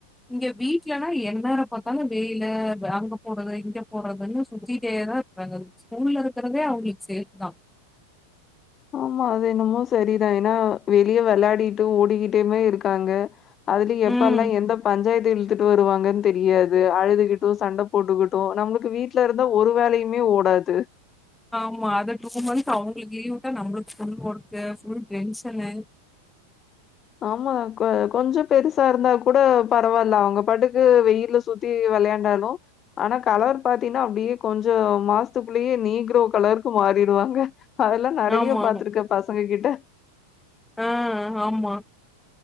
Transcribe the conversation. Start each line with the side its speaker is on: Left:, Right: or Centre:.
Centre: இங்க வீட்லலா என் நேரோ பாத்தாலு வெயிலு அங்க போறது இங்க போறதுன்னு சுத்திட்டே தா இருப்பாங்க அதுக்கு ஸ்கூல்ல இருக்றதே அவுங்ளுக் சேஃப் தா
Left: ஆமா அது என்னமோ சரிதா ஏனா வெளிய வெளாடிட்டு ஓடிகிட்டுமே இருக்காங்க அதுலயு எப்பல்லா
Centre: ம்.
Left: எந்த பஞ்சாயத்து இழு த்துட்டு வருவாங்கன் தெரியாது அழுதுகிட்டு சண்ட போட்டுக்கிட்டு நம்ளுக்கு வீட்ல இருந்த ஒரு வேலையுமே ஓட <unintelligible>
Centre: ஆமா அதா டூ மந்த்ஸ் அவுங்ளுக்கு லீவுட்டா நம்ளுக்கு ஃபுல் வொர்க் ஃபுல் டென்ஷனு
Left: ஆமா கொ கொஞ்சோ பெருசா இருந்தா கூட பரவால்ல அவுங்க பாட்டுக்கு வெயில்ல சுத்தி வெளையாண் டாலு ஆனா கலர் பாத்தீன்னா அப்டியே கொஞ்சோ மாசத்துக்குள்ளேயே நீக்ரோ கலர்க்கு மாறிடுவா காங்க அதெல்லா நெறையா
Centre: ஆமாமா.
Left: பாத்ருக்க பசங்க கிட்ட
Centre: ஆ ஆமா